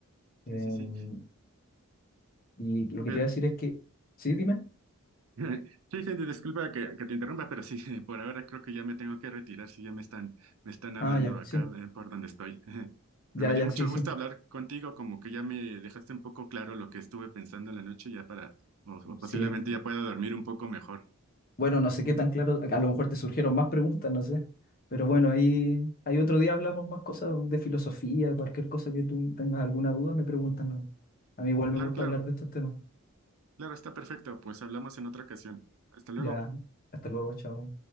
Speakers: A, on the right; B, on the left.
A: Sí,
B: Em,
A: sí, sí.
B: y lo que
A: Pero,
B: te iba a decir es que, sí, dime,
A: <laughs> sí, sí, disculpa que, que te interrumpa, pero sí, <laughs> por ahora creo que ya me tengo que retirar, si ya me están, me están hablando
B: ah, ya,
A: acá
B: sí,
A: eh, por donde estoy. <laughs> Pero
B: ya,
A: me dio
B: ya,
A: mucho
B: sí, sí,
A: gusto hablar contigo, como que ya me dejaste un poco claro lo que estuve pensando en la noche, ya para, o, o
B: sí.
A: posiblemente ya pueda dormir un poco mejor.
B: Bueno, no sé qué tan claro, a lo mejor te surgieron más preguntas, no sé. Pero bueno, ahí, ahí otro día hablamos más cosas de filosofía, cualquier cosa que tú tengas alguna duda, me preguntas, ¿no? A mí igual me
A: Claro,
B: gusta
A: claro,
B: hablar de estos temas.
A: claro, está perfecto, pues hablamos en otra ocasión. Hasta luego.
B: Ya, hasta luego, chao.